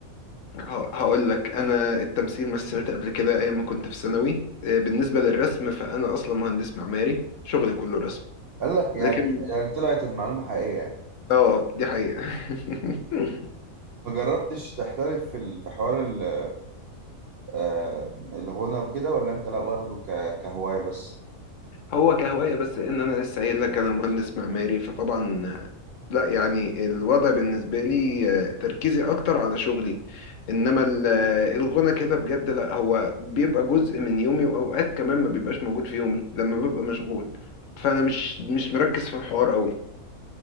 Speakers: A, on the left; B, on the right.
A: ه- هقول لك انا التمثيل مثلت قبل كده ايام ما كنت في ثانوي آه بالنسبه للرسم فانا اصلا مهندس معماري شغلي كله رسم
B: قال لك يعني
A: لكن
B: يعني طلعت المعلومة حقيقية
A: اه دي حقيقه <laughs>
B: ما جربتش تحترف في ال- في حوار ال- آه، الغنى وكده ولا انت لا واخده ك- كهواية بس
A: هو كهوايه بس ان انا لسه قايل لك انا مهندس معماري فطبعا آه، لا يعني الوضع بالنسبه لي آه، تركيزي اكتر على شغلي انما ال- الغنى كده بجد لا هو بيبقى جزء من يومي واوقات كمان ما بيبقاش موجود في يومي لما ببقى مشغول فانا مش مش مركز في الحوار قوي